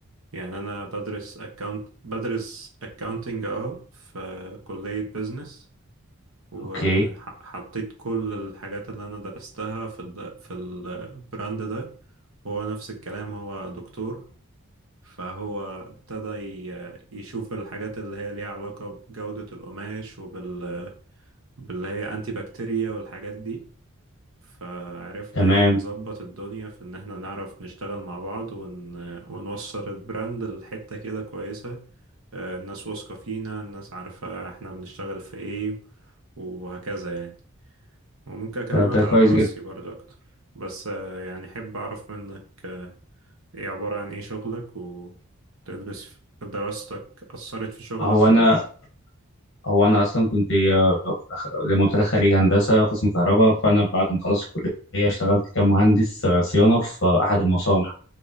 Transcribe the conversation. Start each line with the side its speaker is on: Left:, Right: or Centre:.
Right: يعني انا بدرس اكاونت بدرس اكاونتنج اه في كلية بيزنس وحطيت
Left: اوكي
Right: كل الحاجات اللي أنا درستها في الد- في البراند ده وهو نفس الكلام هو دكتور فهو ابتدى ي- يشوف الحاجات اللي هي ليها علاقة بجودة القماش وبال باللي هي أنتي بكتيريا والحاجات دي فعرفنا
Left: تمام
Right: يعني نظبط الدنيا في إن احنا نعرف نشتغل مع بعض ون... ونوصل البراند لحتة كده كويسة آه، الناس واثقة فينا الناس عارفة احنا بنشتغل في ايه وهكذا يعني وممكن أكلمك
Left: طب ده
Right: على
Left: كويس
Right: دراستي
Left: جدا
Right: برضه أكتر بس آه، يعني أحب أعرف منك آه، إيه عبارة عن إيه شغلك وتدرس في- دراستك أثرت في شغلك
Left: هو
Right: ولا
Left: انا
Right: لأ
Left: هو انا اصلا كنت آه، أخ- زي ما قلت لك خريج هندسه قسم كهرباء فانا بعد ما خلصت الكليه اشتغلت كمهندس آه، صيانه في آه، احد المصانع